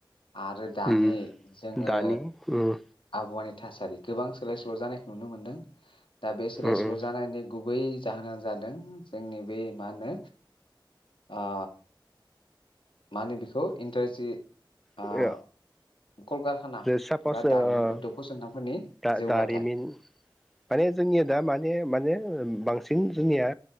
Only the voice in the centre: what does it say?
उम
दानि उम
उम
उम
सापस
ओ
दा
दारिमिन माने जोंनिया दा माने माने बांसिन जोंनिया